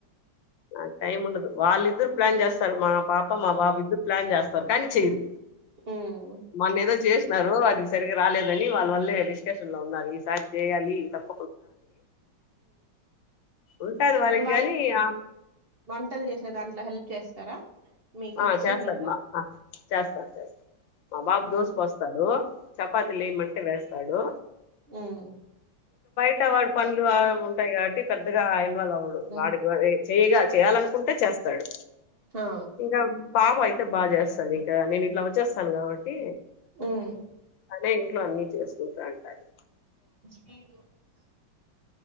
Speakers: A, on the left; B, on the right.
A: ఆ టై ఉండదు. వాళ ఇద్దర్. ప్లాన్ చేస్తారు మా పాప మా బాబు ఎద్దురు ప్లాన్ చేస్తారు. కానీ చేయరు.
B: వాళ్ళ
A: మన్న ఏదో. చేసినన్నారు అది సరిగా రాలేదని వాళ్ళ వల్లే డిస్కషన్ లో ఉన్నారు ఈసారి చేయాలీ తప్. ఉంటది వాళ్ళకి
B: వాళ్ళ
A: గాని ఆ,
B: వంటలు చేసే దాంట్లో హెల్ప్. చేస్తారా. మీ కిడ్స్
A: ఆ జాస్త
B: మీకు
A: అదిమా జాస్త అ మా బాబు
B: ఉమ్
A: దోస పోస్తాడు. చపాతీ లే మంటే వేస్తా. అడు.
B: ఉమ్.
A: అంటే వాడి పనులు అ ఉంటాయి కాబట్టి. పెద్దగా ఇల్వాళ్ళవుడు
B: ఉమ్
A: వాడికి చేయాగ చెయ్యాలను. ఉంటే చేస్తాడు.
B: ఆ
A: ఇంకా పాపయ్. ఇంకా బాగా చేస్తాది ఇంకా నేను ఇట్లా వొచ్చి. చేస్తాను కాబట్టి
B: ఉమ్
A: అదే. ఇంట్లో అన్ని చేస్. ఇంకా అంటాది.
B: ఇ